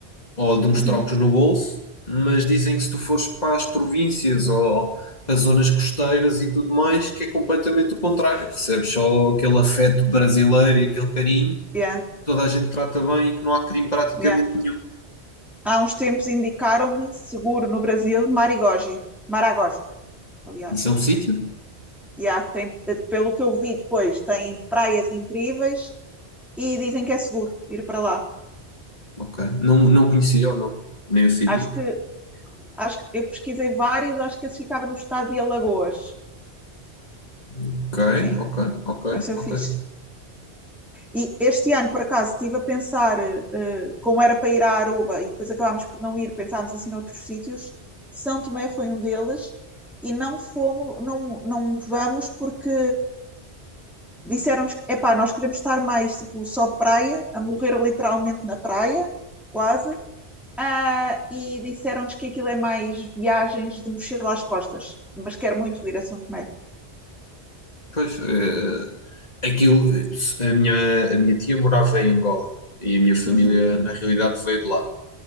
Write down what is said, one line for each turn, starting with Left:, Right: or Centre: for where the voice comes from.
Left: ou de uns
Centre: Uhum.
Left: trocos no bolso, mas dizem que se tu fores para as províncias ou para zonas costeiras e tudo mais, que é completamente o contrário. Recebes só aquele afeto brasileiro e aquele carinho, que
Centre: Yeah,
Left: toda a gente trata bem e que não há crime praticamente
Centre: yeah.
Left: nenhum.
Centre: Há uns tempos indicaram-me seguro no Brasil, Marigogi, Maragogi, aliás.
Left: Isso é um sítio?
Centre: Yeah, que tem, pelo que eu vi depois, tem praias incríveis e dizem que é seguro ir para lá.
Left: Ok. Não, não conhecia o nome, nem o sítio.
Centre: Acho que, acho que eu pesquisei vários, acho que esse ficava no estado de Alagoas.
Left: Ok,
Centre: Sim,
Left: ok, ok,
Centre: pareceu
Left: ok.
Centre: fixe. E este ano, por acaso, estive a pensar, eh, como era para ir à Aruba e depois acabámos por não ir, pensámos assim noutros sítios. São Tomé foi um deles e não fomos, não, não vamos porque disseram-nos que, epá, nós queremos estar mais tipo só praia, a morrer literalmente na praia, quase. Ah, e disseram-nos que aquilo é mais viagens de mochila às costas, mas quero muito ir a São Tomé.
Left: Pois, eh, aquilo, eh, a minha, a minha tia morava em Angola e a minha família,
Centre: Uhum,
Left: na realidade, veio de lá.